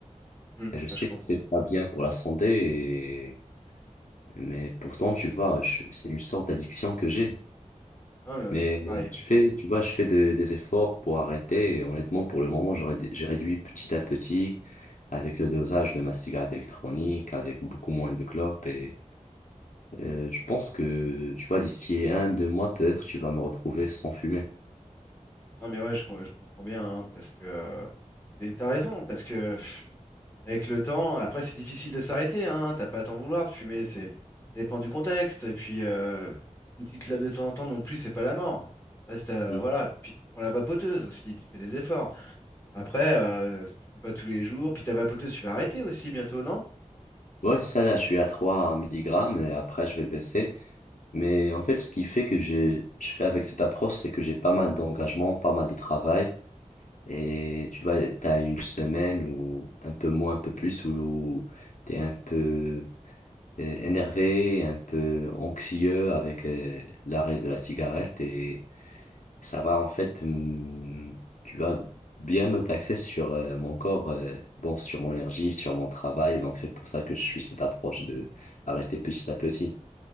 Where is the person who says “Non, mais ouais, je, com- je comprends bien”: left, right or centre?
Left